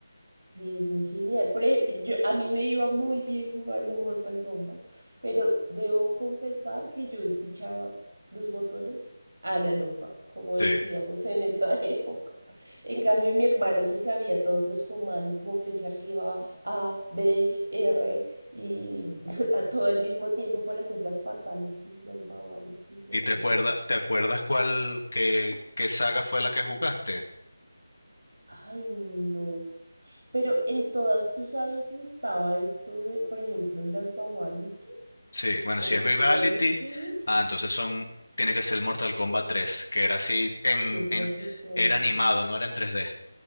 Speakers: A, on the right; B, on the left.
A: Sí, es muy genial. Por ejemplo, yo, a mí me iba muy bien jugando Mortal Kombat, pero debo confesar que yo despichaba los botones a la loca, como
B: Sí.
A: decíamos en esa <laughs> época. En cambio, mi hermano se sabía todos los comandos, como flecha arriba, A, B, R, y <laughs> a todo al mismo tiempo para hacer las fatalities, las babalities, las
B: ¿Y te
A: no
B: acuerdas,
A: sé qué.
B: te acuerdas cuál, qué, qué saga fue la que jugaste?
A: Ay, no. Pero en todas, ¿tú sabes si estaba esto de, por ejemplo, las Babalitis
B: Sí, bueno,
A: o
B: si
A: Friendship?
B: es Vivality, ah, entonces son, tiene que ser Mortal Kombat tres, que era así en,
A: Yo creo
B: en-
A: que es ese.
B: era animado, no era en tres d